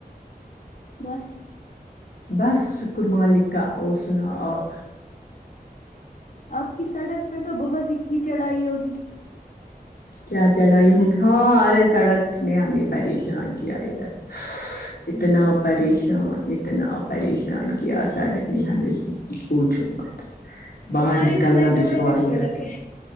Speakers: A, on the left; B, on the left.
A: بس
B: بس شکر مالک کا اور سنا آپ
A: آپ کی سڑک پ تو بہت ہی ہی چڑائی ہوگی
B: کیا چڑھائی ہوگی سارے سڑک نے ہمیں پریشان کیا ا دھر ہ اتنا پریشان اتنا پریشان کیا سڑک نے ہمیں پوچھو م باہر
A: ہماری
B: نکلنا
A: تو میکڈمائزڈ
B: دشوار
A: سڑک
B: ہو گئے
A: ہے